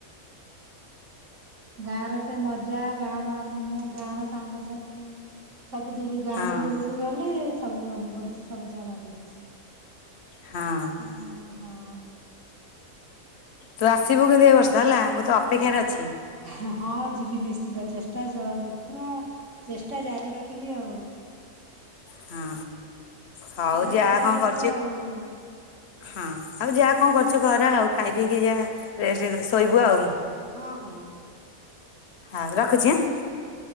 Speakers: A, on the right; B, on the left.
A: ଗାଁ ର ସେ ମଜା ଗାଁ ର ଆନନ୍ଦ ଗାଁ ର ସାଙ୍ଗସାଥି ସବୁ ଦୂର ଗାଁ
B: ହଁ
A: ରୁ ଦୂରକୁ ଗଲେ ସବୁ ମନେ ପଡୁଛି ସବୁ ଜଣା ପଡୁଛି।
B: ହଁ
A: ଓ ହୋ!
B: ତୁ ଆସିବୁ କିନ୍ତୁ ଏ ବର୍ଷ ହେଲା ମୁଁ ତୋ ଅପେକ୍ଷାରେ ଅଛି।
A: ହ ହଁ ଯିବି ନିଶ୍ଚିନ୍ତ ଚେଷ୍ଟା ଜର ପୁରା ଚେଷ୍ଟା ଜାରି ରଖିଲି ଆଉ।
B: ହଁ ହଉ
A: ଶହେ
B: ଯା
A: ପ୍ରତିଶତ
B: କଣ କରୁଚୁ।
A: ଆଉ
B: ହଁ ଆଉ ଯା କଣ କରୁଛୁ କର ଆଉ ଖାଇ ପିଇକି ଯାଆ ରେଷ୍ଟ୍ ଶୋଇବୁ ଆଉ।
A: ହଁ ହଉ।
B: ହଉ ରଖୁଛି ଆଁ।